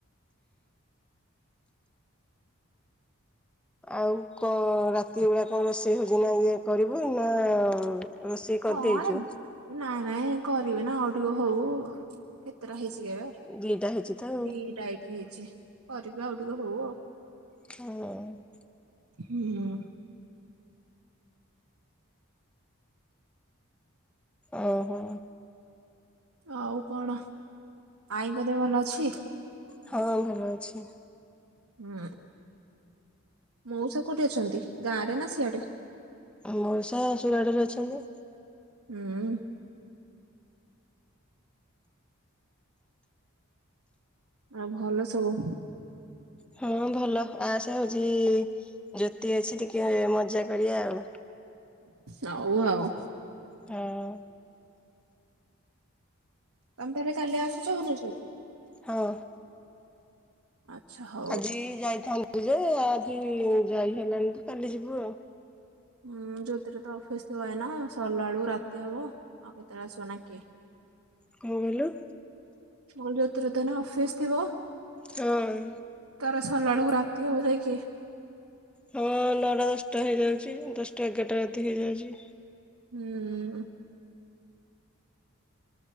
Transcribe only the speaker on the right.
ହଁ ଏବେ ନାଇଁ ନାଇଁ କରିବି ନା ଆଉ ଟିକେ ହଉ, କେତେଟା ହେଇଛି ଏବେ
ଦିଟା ଇଟିଲ୍ ହେଇଛି, କରିବି ଆଉ ଟିକେ ହଉ ଆଉ
ହୁଁ।
ଆଉ କଣ। ଆଈଙ୍କ ଦେହ ଭଲ ଅଛି?
ହୁଁ, ମଉସା କୋଉଠି ଅଛନ୍ତି? ଗାଁ ରେ ନା ସିଆଡେ।
ହୁଁ। ଆଉ ଭଲ ସବୁ?
ହଉ ଆଉ।
ତମେ ତାହେଲେ କାଲି ଆସୁଛ ଭୁବନେଶ୍ୱର
ଆଚ୍ଛା ହ
ହଁ ଯୋଉଥିରେ ତ ଅଫିସ ଥିବ ଏନା ସରିଲା ବେଳୁ ରାତି ହବ ଆଉ କେତେବେଳେ ଆସିବ ନା କିଏ
ପୁଲ୍ ଯୋଉତୁରେ ତାନେ ଅଫିସ ଥିବ?
ତାର ସର୍ଲାଳୁକୁ ରାତି ହବ ଯାଇ କି।
ହୁଁ-ଉ।